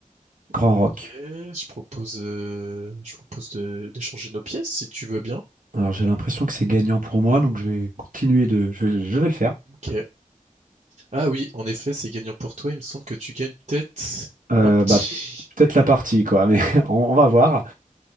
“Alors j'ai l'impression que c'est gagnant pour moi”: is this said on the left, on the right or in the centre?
Right